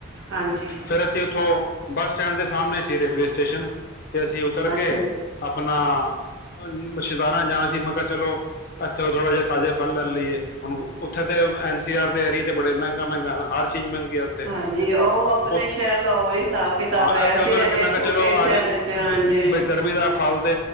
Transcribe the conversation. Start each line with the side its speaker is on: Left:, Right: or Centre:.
Right: ਹਾਂਜੀ
Left: ਫਿਰ ਅਸੀਂ ਉੱਥੋਂ ਬੱਸ ਸਟੈਂਡ ਦੇ ਸਾਹਮਣੇ ਤੇ ਰੇਲਵੇ ਸਟੇਸ਼ਨ ਤੇ ਅਸੀਂ ਉਤਰ
Right: ਅੱਛਾ
Left: ਕੇ ਆਪਣਾ ਆਹ ਛਦਾਰਾਂ ਜਾਣਾ ਸੀ, ਮੈਂ ਕਿਹਾ ਚਲੋ ਇੱਥੇ ਥੋੜ੍ਹਾ ਜਿਹਾ ਤਾਜ਼ੇ ਫਲ ਲੈ ਲਈਏ, ਹੁਣ ਉੱਥੇ ਤੇ ਐਨ ਸੀ ਆਰ ਦੇ ਰੇਟ ਬੜੇ ਮਹਿੰਗਾ ਮਹਿੰਗਾ ਆ ਹਰ ਚੀਜ਼ ਮਹਿੰਗੀ ਆ ਉੱਥੇ
Right: ਹਾਂਜੀ ਉਹ ਆਪਣੇ
Left: ਉ-
Right: ਸ਼ਹਿਰ ਦਾ ਉਹੀ ਹਿਸਾਬ ਕਿਤਾਬ
Left: ਹਾਂ
Right: ਹੈਗਾ,
Left: ਇੱਥੇ
Right: ਅਸੀ
Left: ਉਤਰ
Right: ਰਹਿੰਣੇ
Left: ਕੇ ਮੈਂ
Right: ਹਾਂ
Left: ਕਿਹਾ
Right: ਛੋਟੇ
Left: ਚਲੋ
Right: ਸ਼ਹਿਰ
Left: ਅੱਜ
Right: ਵਿੱਚ ਹਾਂਜੀ।
Left: ਗ- ਬਈ ਗਰਮੀ ਦਾ ਫਲ ਤੇ